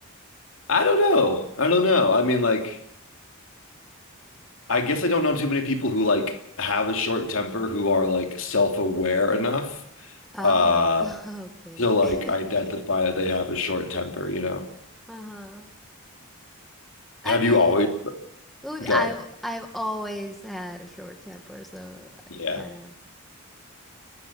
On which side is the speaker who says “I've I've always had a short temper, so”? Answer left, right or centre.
Centre